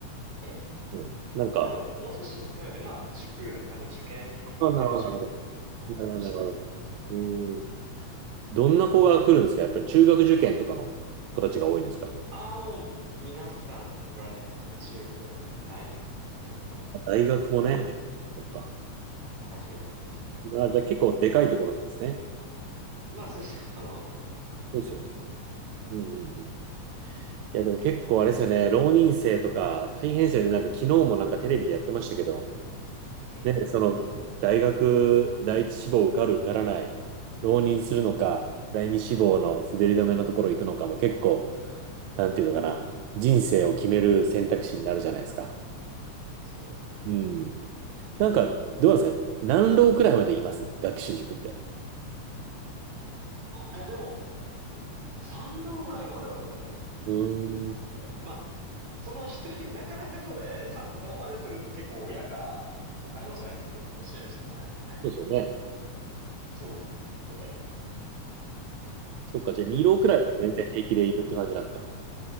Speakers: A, on the right (about 50°); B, on the right (about 75°).
A: ええ。
B: ねなんか、
A: まあでも、もう少し、なんっまあ塾ですかね。受験向けの塾の講師です。
B: あ、なるほど、なるほど。なるほど、なるほど。うーんどんな子が来るんですかやっぱり中学受験とかの子たちが多いんですか
A: ああ、もう、皆さん来られますね。中高、大、全部どの
B: 大学もね。
A: 年齢も
B: そっか。
A: 幅広く来ますね。
B: あ、じゃあ結構でかいところなんですね。
A: まあそうですね。<laughs> まあまあまあまあ。
B: そうですよね。
A: 結構いろんな子が来ら
B: うんうんうん。いや、でも結構あれですよね。浪人生とか大変ですよね。なんか昨日もなんかテレビでやってましたけど、
A: れええ、
B: ね、その大学第一志望受かる受からない、浪人するのか、第二志望の滑り止めのところ行くのかも結構、なんていうのかな。人生を決める選択肢になるじゃないですか。
A: そうですね。
B: うん。なんか、どうなんですか何浪くらいまでいます学習塾って。
A: あ、いやでも、三浪ぐらいまでは全然
B: うーん、
A: いますね。まあ、その一人、なかなかそれ、三浪まですると結構親が、お金持ちじゃないですけど、そこ支援してもらえるみたいなとかない。
B: そうですよね。
A: そうですね。ことはいます。
B: そっか、じゃあ2浪くらいは全然平気でいるって感じなんですか。